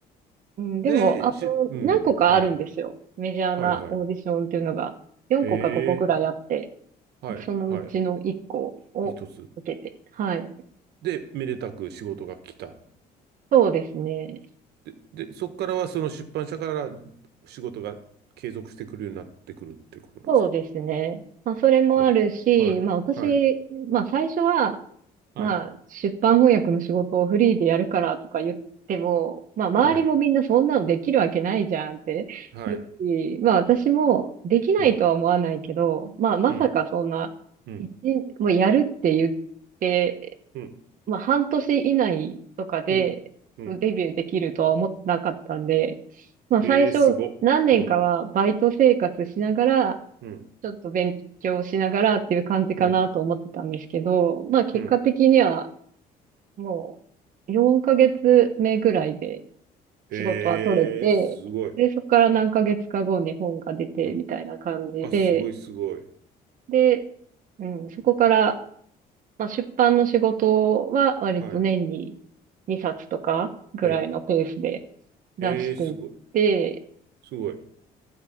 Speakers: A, on the right (about 50°); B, on the right (about 75°).
A: うん、でも、
B: で、
A: あの、
B: し、うん、
A: 何個かあるんですよ。
B: はい、
A: メジャーなオーディションっていうのが、
B: はい、はい。
A: 4個か5個くらいあって、
B: ええ、はい、
A: そのうちの1個を受けて。
B: はい。一つ。
A: はい。
B: で、めでたく仕事が来た。
A: そうですね。
B: で、で、そこからはその出版社から仕事が継続してくるようになってくるってことなんですか
A: そうですね。まあ、それもあるし、
B: お、はい、
A: まあ、私、
B: はい、
A: まあ、最初は、
B: はい、
A: まあ、出版翻訳の仕事をフリーでやるからとか言っても、まあ、周りもみんなそんなのできるわけないじゃんって言うし、
B: はい、はい、
A: まあ、私もできないとは思わないけど、
B: うん、
A: まあ、まさかそんな、
B: うん、うん、
A: 一もうやるって言って、
B: うん、
A: まあ、半年以内とかでデビューできるとは思ってなかったんで、
B: うん、うん。
A: まあ、
B: ええ、
A: 最初何年かはバイト生活しながら、
B: すご。うん、うん、
A: ちょっと勉強しながらっていう感じかなと思ってたんですけど、
B: うん、
A: まあ結果的には
B: うん。
A: もう4ヶ月目ぐらいで
B: ええ、
A: 仕事は取れて、
B: すごい。
A: で、そこから何ヶ月か後に本が出てみたいな感じで、
B: うん。あ、すごい、すごい。
A: で、うん、そこから、まあ、出版の仕事は割と年に
B: はい。
A: 2冊とかぐらいのペースで
B: え
A: 出していって、
B: え、ええ、すごい、すごい。